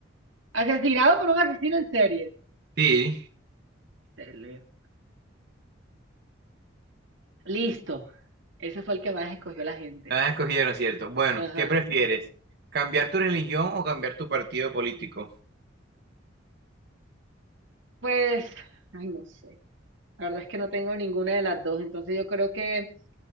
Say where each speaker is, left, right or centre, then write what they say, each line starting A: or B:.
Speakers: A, on the right; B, on the right.
A: Asesinado por un asesino en serie.
B: Sí,
A: Te leo. Listo. Ese fue el que más escogió la gente.
B: la escogieron, ¿cierto? Bueno,
A: Ajá.
B: ¿qué prefieres? ¿Cambiar tu religión o cambiar tu partido político?
A: Pues, ay, no sé. La verdad es que no tengo ninguna de las dos, entonces yo creo que